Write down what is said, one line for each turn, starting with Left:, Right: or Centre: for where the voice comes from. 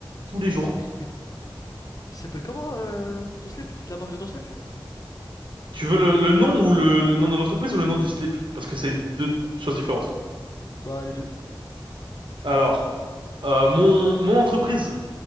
Right: tous les jours.
Left: Mais il s'appelle comment euh, ton slip? La marque de ton slip?
Right: Tu veux le, le nom ou le, le nom de l'entreprise ou le nom du slip? Parce que c'est deux choses différentes.
Left: Bah, les deux.
Right: Alors, euh, mon, mon entreprise,